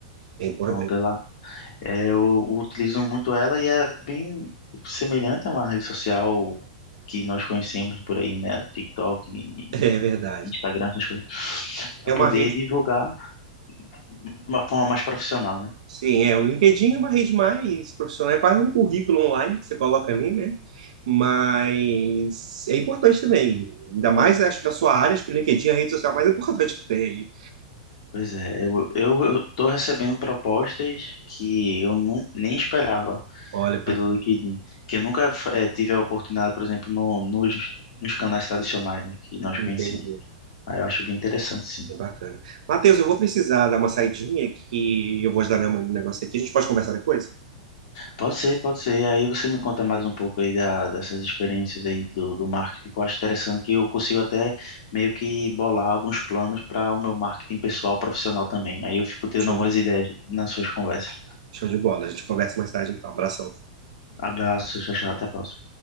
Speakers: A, on the right; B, on the left.
A: É importante.
B: Pronto, ela É, eu utilizo muito ela e é bem semelhante a uma rede social que nós conhecemos por aí, né? O TikTok e
A: É <laughs> é verdade.
B: e Instagram, essas coisas, para
A: É
B: poder
A: uma rede.
B: divulgar de uma forma mais profissional, né?
A: Sim, é. O LinkedIn é uma rede mais profissional, é quase um currículo online que você coloca ali, né? Mas é importante também. Ainda mais, acho que na sua área, acho que o LinkedIn é a rede social mais <laughs> importante que tem aí.
B: Pois é, eu, eu eu tô recebendo propostas que eu não, nem esperava
A: Olha,
B: pelo
A: bacana.
B: LinkedIn, que eu nunca eh, tive a oportunidade, por exemplo, no, nos, nos canais tradicionais, né, que nós
A: Entendi.
B: conhecemos. Aí eu acho bem interessante, sim.
A: É bacana. Matheus, eu vou precisar dar uma saidinha que eu vou ajudar minha mãe no negócio aqui. A gente pode conversar depois?
B: Pode ser, pode ser. Aí você me conta mais um pouco aí da, dessas experiências aí do, do marketing, que eu acho interessante, que eu consigo até meio que bolar alguns planos para o meu marketing pessoal, profissional também. Aí eu fico tendo
A: Show
B: algumas
A: de
B: ideias nas suas conversas.
A: Show de bola. A gente conversa mais tarde então. Abração.
B: Abraço, tchau, tchau, até a próxima.